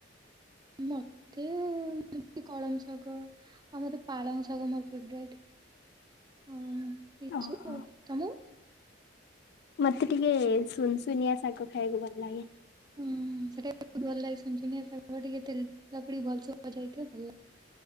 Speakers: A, on the right; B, on the left.
A: ମତେ ଯେମିତି କଳମ ଶାଗ ଆଉ ମତେ ପାଳଙ୍ଗ ଶାଗ ମୋର ଫେବରାଇଟ ଆଉ ଏସବୁ
B: ଓହୋ
A: ଆଉ ତମକୁ
B: ମତେ ଟିକେ ସୁନସୁନିଆ ଶାଗ ଖାଇବାକୁ ଭଲଲାଗେ
A: ହୁଁ ସେଟା ବହୁତ ଭଲଲାଗେ ସୁନ ସୁନିଆଶାଗ ଟିକେ ତେଲ ପଡିକି ଭଲସେ ଭଜା ହୋଇଥିବ ଭଲଲାଗ